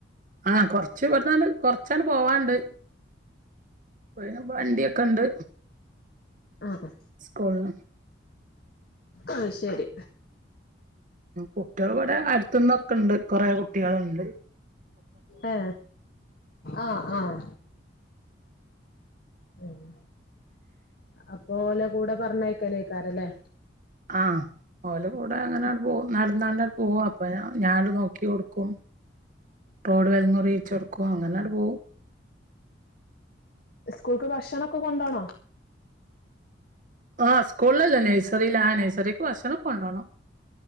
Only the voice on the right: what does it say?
ആ കൊറ്ച്ച് വ്ട്ന്നാണ്ട് കൊറച്ചാണ്ട് പോവാണ്ട് ഇപ്പയിന് വണ്ടിയൊക്കണ്ട്
സ്കൂള്ല്ന്ന്
ഉം കുട്ടികൾ ഇവിടെ അടുത്തന്നൊക്കണ്ട് കുറെ കുട്ടികള്ണ്ട്
ആഹ് ഓലകൂടെ അങ്ങനാട് പോവും നടന്നടന്ന് പോവും ഒപ്പരം ഞാന് നോക്കി കൊടുക്കും റോഡ് വെല്ങ്ങുറീയിച്ചൊടുക്കും അങ്ങനാട് പോവും
ആഹ് സ്കൂളിലല്ല നഴ്സറിലാ ആ നഴ്സറിക്ക് ഭക്ഷണം കൊണ്ടോണം